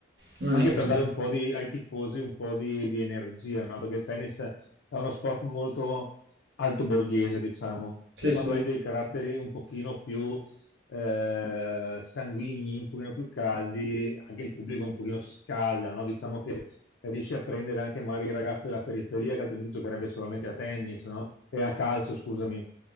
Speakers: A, on the right; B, on the left.
A: non
B: Anche
A: è così.
B: per dare un po' di, ai tifosi un po' di, di energia, no? Perché il tennis è uno sport molto alto borghese, diciamo,
A: Sì,
B: e quando
A: sì.
B: hai dei caratteri un pochino più eh, sanguigni, un pochino più caldi, anche il pubblico un pochino si scalda, no? Diciamo che riesci a prendere anche magari i ragazzi della periferia che altrimenti giocherebbe solamente a tennis, no? E a calcio, scusami.